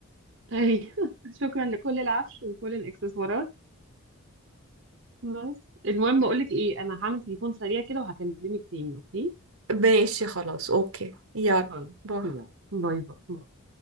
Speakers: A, on the right (about 55°); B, on the right (about 75°).
A: اي <laughs> شكرا لكل العفش وكل الاكسسوارات بس المهم بقول لك ايه انا هعمل تليفون سريع كده وهكلمك تاني اوكي
B: ماشي خلاص أوكي يلا
A: خلاص
B: باي.
A: يلا باي باي